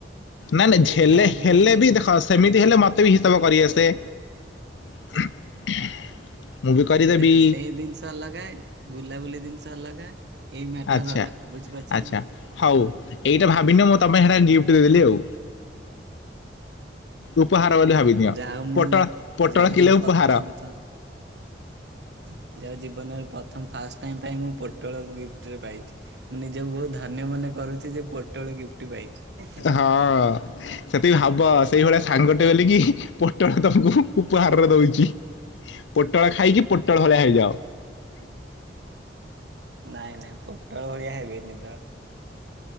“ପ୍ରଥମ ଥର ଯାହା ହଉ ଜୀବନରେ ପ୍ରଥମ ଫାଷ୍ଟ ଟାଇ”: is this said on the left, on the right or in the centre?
Right